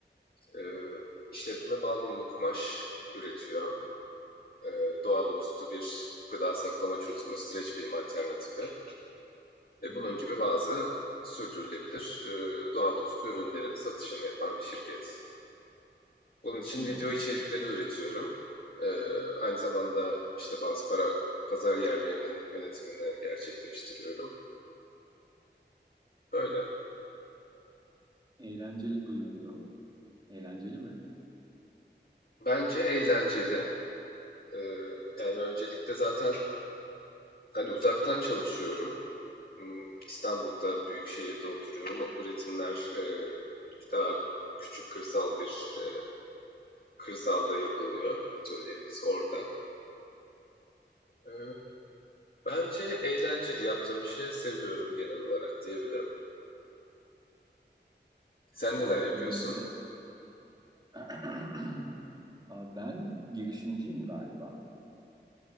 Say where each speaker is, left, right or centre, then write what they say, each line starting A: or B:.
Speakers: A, on the left; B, on the right.
A: E, işletme bal mumlu kumaş üretiyor. E, doğa dostu bir gıda saklama çözümü, streç film alternatifi ve
B: Hı
A: bunun
B: hı.
A: gibi bazı sürdürülebilir e, doğa dostu ürünlerin satışını yapan bir şirket. Bunun
B: Hı.
A: için video içerikleri
B: So-
A: üretiyorum. E, aynı zamanda işte bazı para pazar yerlerinin yönetimini gerçekleştiriyorum. Böyle.
B: Eğlenceli duyuluyor. Eğlenceli mi?
A: Bence eğlenceli. E, yani öncelikle zaten hani uzaktan çalışıyorum. Hmm, İstanbul'da büyük şehirde oturuyorum. Üretimler e, daha küçük kırsal bir e, kırsalda yapılıyor. Atölyemiz orada. E, Bence eğlenceli yaptığım işi seviyorum genel olarak diyebilirim. Sen neler
B: Harika
A: yapıyorsun?
B: bilgisayar. <clears throat> Aa, Ben girişimciyim galiba.